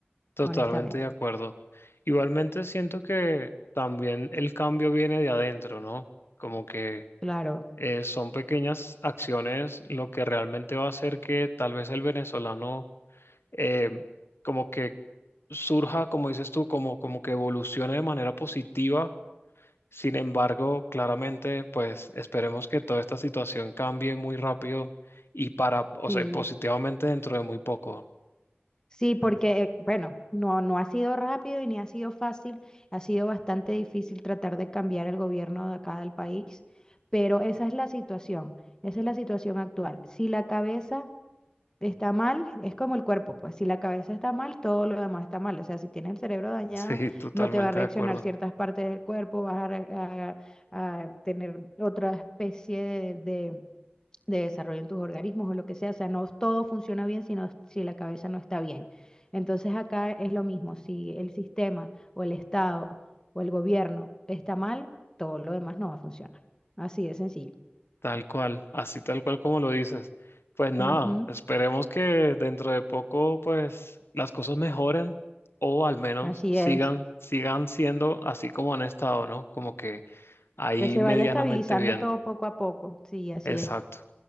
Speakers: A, on the left (about 80°); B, on the left (about 20°).
A: Totalmente
B: honestamente.
A: de acuerdo. Igualmente siento que también el cambio viene de adentro, ¿no? Como que
B: Claro,
A: eh, son pequeñas acciones lo que realmente va a hacer que tal vez el venezolano eh, como que surja, como dices tú, como, como que evolucione de manera positiva. Sin embargo, claramente, pues esperemos que toda esta situación cambie muy rápido y para, o
B: sí.
A: sea, positivamente dentro de muy poco. <laughs>
B: Sí, porque, eh, bueno, no, no ha sido rápido y ni ha sido fácil, ha sido bastante difícil tratar de cambiar el gobierno de acá del país, pero esa es la situación, esa es la situación actual. Si la cabeza está mal, es como el cuerpo, pues si la cabeza está mal, todo lo demás está mal. O sea, si tienes el cerebro dañado,
A: Sí, totalmente
B: no te va a reaccionar
A: de acuerdo.
B: ciertas partes del cuerpo, vas a, re- a- a tener otra especie de, de de desarrollo en tus organismos o lo que sea. O sea, no todo funciona bien sino si la cabeza no está bien. Entonces acá es lo mismo, si el sistema o el Estado o el gobierno está mal, todo lo demás no va a funcionar. Así de sencillo.
A: Tal cual, así tal cual como lo dices. Pues nada,
B: Ujú,
A: esperemos que dentro de poco pues las cosas mejoren o al menos
B: Así
A: sigan
B: es.
A: sigan siendo así como han estado, ¿no? Como que ahí
B: Que se
A: medianamente
B: vaya estabilizando
A: bien.
B: todo poco a poco. Sí, así
A: Exacto.
B: es.